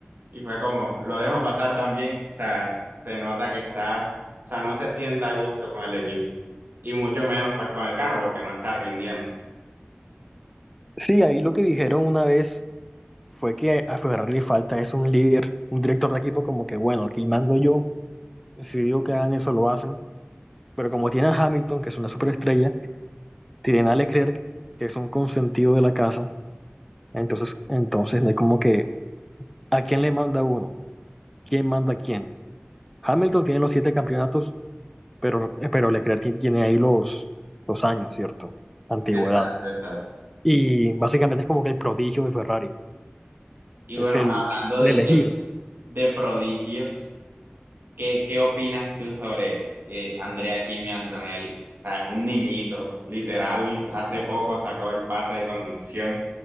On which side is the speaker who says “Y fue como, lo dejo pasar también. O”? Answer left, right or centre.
Right